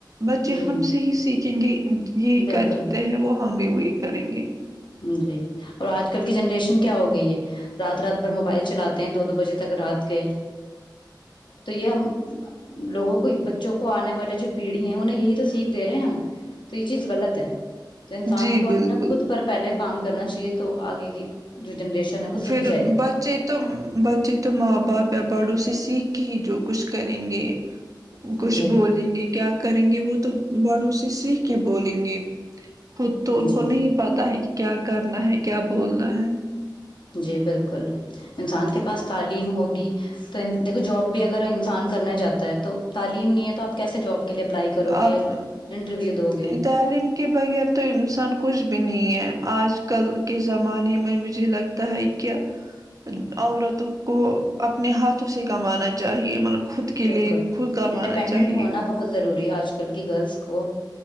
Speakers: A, on the right (about 45°); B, on the left (about 80°).
A: بچے
B: جی
A: ہم سے ہی سیکھ چنگے یہ
B: بالکل
A: کرتے ہیں وہ ہم بھی وہی کریں گے
B: جی اور آج کل کی جنریشن کیا ہو گئی ہے رات رات بھر موبائل چلاتے ہیں دو دو بجے تک رات کے تو یہ ہم لوگوں کو بچوں کو آنے والے جو پیڑھی ہیں انہیں یہی تو سیکھ دے رہے ہیں ہم تو یہ چیز غلط ہے تو انسان
A: جی
B: کو اپنے
A: بالکل
B: خود کام کرنا چاہیے تو آگے کی جو جنریشن ہے وہ صحیح
A: پھر
B: جائے گی
A: بچے تو بچے تو ماں باپ یا بڑو کسی کی جو کچھ کریں گے کچھ
B: جی
A: بولیں گے کیا کریں گے وہ تو بڑو سے سیکھ کے بولیں گے خود تو
B: جی
A: ان کو نہیں پتا ہے کیا کرنا ہے کیا بولنا ہے
B: جی بالکل انسان کے پاس تعلیم ہوگی تو دیکھو جاب بھی اگر انسان کرنا جاتا ہے تو تعلیم نہیں ہے تو آپ کیسے جاب کے لیے اپلائی کرو گے
A: اپ
B: یا انٹرویو دو گے
A: تعلیم کے بغیر تو انسان کچھ بھی نہیں ہے آج کل کے زمانے میں مجھے لگتا ہے کہ عورتوں کو اپنے ہاتھوں سے کمانا چاہیے مطلب خود کے
B: بالکل
A: لیے خود کا
B: انڈیپینڈنٹ
A: ماننا چاہیے
B: ہونا بہت ضروری ہے آج گرلس کو